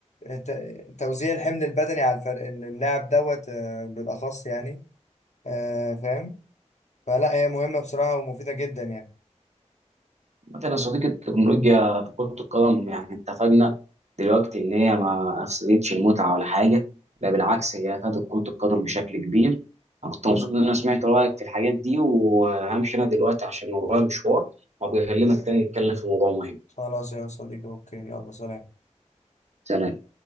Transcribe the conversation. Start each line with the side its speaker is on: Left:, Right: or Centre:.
Left: آه، ت- توزيع الحمل البدني على الفرق اللاعب دوت آه، بالأخص يعني آه، فاهم فلا هي مهمة بصراحة ومفيدة جدا يعني
Right: مثلا يا صديقي التكنولوجيا في كره القدم يعني اتفقنا دلوقتي ان هي ما افسدتش المتعه ولا حاجه لا بالعكس هي افادت كره القدم بشكل كبير انا كنت مبسوط ان انا سمعت رايك في الحاجات دي وهمشي انا دلوقتي عشان ورايا مشوار وابقى اكلمك تاني نتكلم في موضوع مهم
Left: خلاص يا صديقي أوكي يلا سلام
Right: سلام